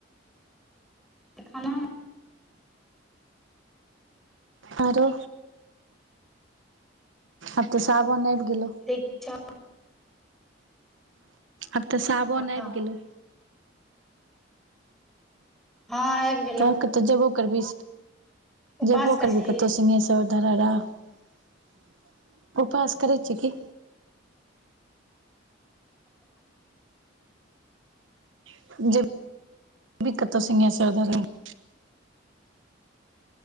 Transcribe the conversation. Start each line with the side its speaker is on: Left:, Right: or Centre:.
Centre: खानामे
Right: आरो आब त साबन आबि गेलै।
Centre: <unintelligible>
Right: आब तऽ साबन
Centre: हँ
Right: आबि गेलै।
Centre: हँ आब
Right: त कतौ जेबो करबी
Centre: उपास
Right: जेबो
Centre: करै
Right: करबी
Centre: छी
Right: कतौ सिंहेश <unintelligible> उपास करै छी की। <unintelligible>